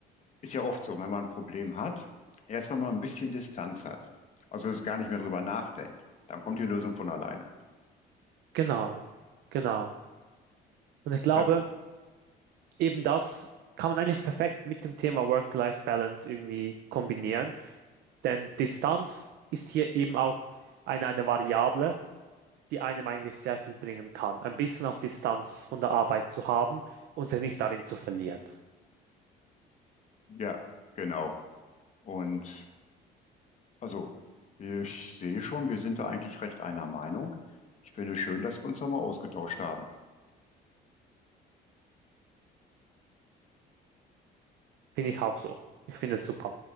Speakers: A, on the left (about 45°); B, on the right (about 80°).
A: ist ja oft so, wenn man ein Problem hat, erstmal mal ein bisschen Distanz hat. Also es gar nicht mehr drüber nachdenkt. Dann kommt die Lösung von alleine.
B: Genau, genau. Und ich glaube,
A: Ja,
B: eben das kann man eigentlich perfekt mit dem Thema Work-Life-Balance irgendwie kombinieren, denn Distanz ist hier eben auch eine, eine Variable. die einem eigentlich sehr viel bringen kann. Ein bisschen auch Distanz von der Arbeit zu haben und sich nicht darin zu verlieren.
A: ja, genau. Und also ich sehe schon, wir sind da eigentlich recht einer Meinung. Ich finde es schön, dass wir uns nochmal ausgetauscht haben.
B: Finde ich auch so. Ich finde es super.